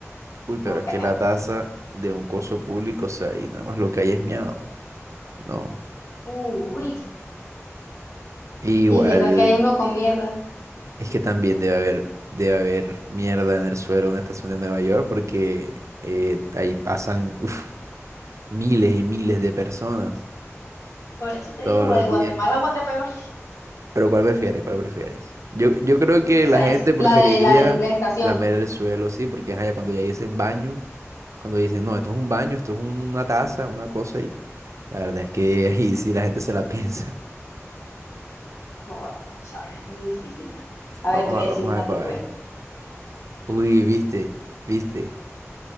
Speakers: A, on the right (about 75°); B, on the left (about 75°).
A: Uy, pero
B: No
A: es que la
B: ¿no?
A: taza de un coso público, o sea, y nada más lo que hay es miado. No.
B: Uy.
A: Igual,
B: ¿Y qué tal que hay uno con mierda?
A: es que también debe haber, debe haber mierda en el suelo de una estación de Nueva York porque eh, ahí pasan uf, miles y miles de personas
B: Por eso te
A: todos
B: digo, güey,
A: los
B: Guatemala,
A: días.
B: Guatepeor.
A: Pero ¿cuál prefieres? ¿Cuál prefieres? Yo, yo creo que
B: Esa,
A: la gente
B: esa.
A: preferiría
B: La de la, de la estación.
A: lamer el suelo, sí, porque ajá, ya cuando ya dicen baño, cuando dicen, no, esto es un baño, esto es una taza, una cosa, y la verdad es que <laughs> ahí sí la gente se la piensa. <laughs>
B: No, bueno, esa vaina está muy difícil ya. A
A: Vamos
B: ver, te voy
A: a,
B: a
A: vamos
B: decir una
A: a ver para
B: tipo. eh.
A: ver. Uy, viste, viste,